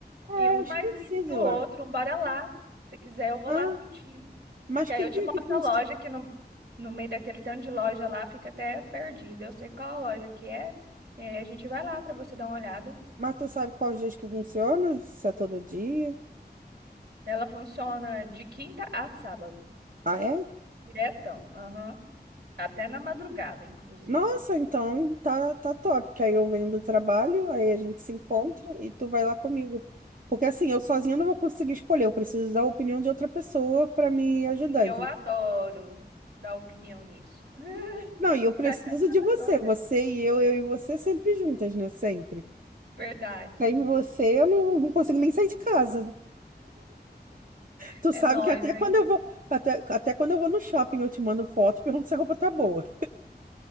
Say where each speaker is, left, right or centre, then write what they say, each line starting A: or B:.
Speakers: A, on the right (about 50°); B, on the right (about 80°).
A: é,
B: e um
A: eu
B: mais
A: esqueci
B: lindo que
A: de
B: o
A: lá.
B: outro, um bora lá. Se quiser, eu vou
A: Ah,
B: lá contigo.
A: mas
B: Que
A: que
B: aí eu
A: dia
B: te mostro
A: que funciona?
B: a loja que no, no meio daquele tanto de loja lá fica até perdida. Eu sei qual a loja que é. E aí a gente vai lá pra você dar uma olhada.
A: Mas tu sabe quais dias que funciona? Se é todo dia?
B: Ela funciona de quinta a sábado.
A: Ah, é?
B: Diretão. Aham. Até na madrugada, inclusive.
A: Nossa, então tá, tá top, que aí eu venho do trabalho, aí a gente se encontra
B: Sim,
A: e tu vai lá comigo. Porque assim, eu sozinha
B: sim.
A: não vou conseguir escolher, eu preciso da opinião de outra pessoa para me ajudar,
B: Sim, eu adoro dar opinião nisso. <laughs>
A: Não, e eu preciso
B: Tá chamando
A: de
B: a pessoa
A: você.
B: certa.
A: Você e eu, eu e você sempre juntas, né? Sempre.
B: Verdade.
A: Sem você, eu não, não consigo nem sair de casa. Tu
B: É
A: sabe
B: nós,
A: que até
B: né?
A: quando eu vou, até, até quando eu vou no shopping, eu te mando foto, e pergunto se a roupa tá boa.